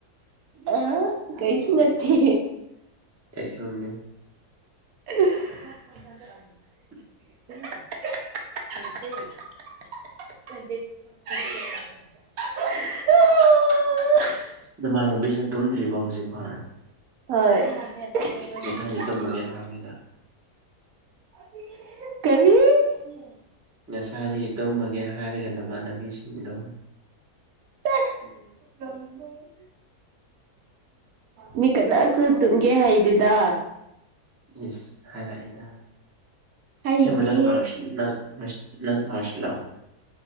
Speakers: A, on the right (about 70°); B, on the right (about 15°).
A: ꯑ ꯀꯩꯁꯨ ꯅꯠꯇꯦ
B: ꯀꯩꯁꯨꯅꯤ
A: <unintelligible>
B: <unintelligible>
A: <unintelligible> <unintelligible>
B: ꯅꯃꯥꯟꯅꯕꯤꯁꯦ ꯇꯨꯝꯗ꯭ꯔꯤꯕꯣ ꯍꯧꯖꯤꯛ ꯐꯥꯎ
A: <unintelligible>
B: ꯉꯁꯥꯏꯗꯤ ꯇꯨꯝꯃꯒꯦ ꯍꯥꯏꯔꯒ
A: <unintelligible>
B: ꯉꯁꯥꯏꯗꯒꯤ ꯇꯨꯝꯃꯒꯦ ꯍꯥꯏꯔꯒ ꯅꯃꯥꯟꯅꯕꯤꯁꯤꯡꯗꯣ
A: <unintelligible> ꯅꯣꯏ ꯀꯅꯥꯁꯨ ꯇꯨꯝꯒꯦ ꯍꯥꯏꯗꯦꯗ
B: ꯏꯁ ꯍꯥꯏꯔꯛꯑꯦꯗ
A: ꯍꯩꯗꯤ
B: ꯑꯁꯦꯡꯕ ꯅꯪ ꯑꯥꯔꯠꯁ ꯅꯪ ꯑꯥꯔꯠꯁ ꯅꯪ ꯑꯥꯔꯠꯁ ꯂꯣ